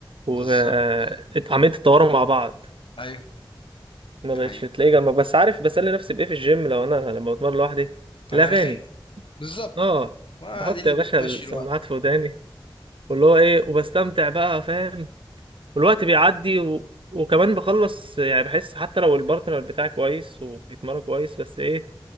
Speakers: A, on the right; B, on the left.
A: واتعملت
B: بالظبط
A: التوارم مع بعض
B: ايوه
A: ما
B: دي
A: بقتش
B: حقيقة
A: تلاقي جنبك بس عارف بسلي نفسي بإيه في الجيم لو أنا لما بتمرن لوحدي
B: انا
A: الأغاني
B: اغاني بالظبط
A: اه
B: ما
A: بحط
B: دي اللي
A: يا
B: بتمشي
A: باشا السماعات
B: الوقت
A: في وداني واللي هو ايه وبستمتع بقى فاهم والوقت بيعدي و... وكمان بخلص يعني بحس حتى لو البارتنر بتاعي كويس وبيتمرن كويس بس ايه